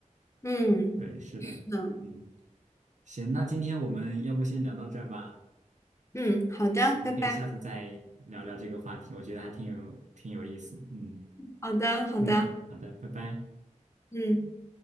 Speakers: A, on the left; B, on the right.
A: 嗯，
B: 对，是的，
A: 是的，
B: 嗯，行，那今天我们要不先聊到这儿吧。
A: 嗯，好的，
B: 我可以下次再聊聊这个话题，
A: 拜拜，
B: 我觉得还挺有挺有意思。嗯
A: 好的，好的，
B: 嗯嗯，好的，拜拜。
A: 嗯。